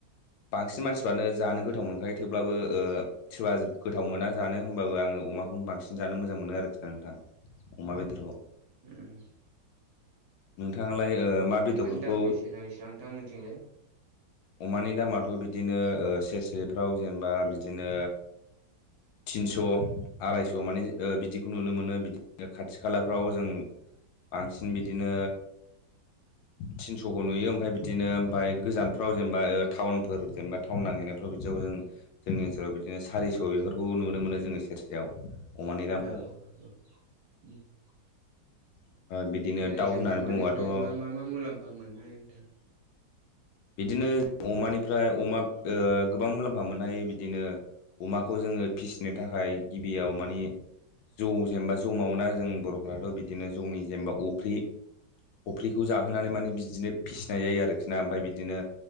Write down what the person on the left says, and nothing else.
बांसिन मानसिफ्रानो जानो गोथाव मोनखायो थेवब्लाबो ओ सोरबा गोथाव मोना जानो होमबाबो आङो अमाखौनो बांसिन जानो मोजां मोनो आरोखि। <unintelligible> नोंथां अमा बेदरखौ।
नोंथाङालाय ओ
मा बेदरफोरखौ
अमानि दामाथ' बिदिनो सेरसेफ्राव जेनेबा बिदिनो। थिनस' आरायस' माने ओ बिदिखौ नुनो मोनो बिदि खाथि खालाफ्राव जों। बांसिन बिदिनो। थिनस'खौ नुयो ओमफाय बिदिनो ओमफाय गोजानफ्राव जेनेबा टाउनफोर जेनबा। थावन नागिरनायफ्राव बिदि जों जोंनि ओनसोलाव बिदिनो सारिस' बेफोरखौ नुनो मोनो जोङो सेरसेयाव। अमानि
दामखौ
ओ बिदिनो
दाउ
होननानै
बुङोबाथ'
बिदिनो अमानिफ्राय अमा
ओ गोबां मुलाम्फा मोननो हायो बिदिनो अमाखौ जोङो फिसिनो थाखाय गिबियाव मानि जौ जेनेबा जौ मावो ना जों बर'फ्राथ' बिदिनो जौनि जेनेबा अफ्रि। अफ्रिखौ जाहोनानै माने बिदिनो फिसिनाय जायो आरोखि ना ओमफाय बिदिनो।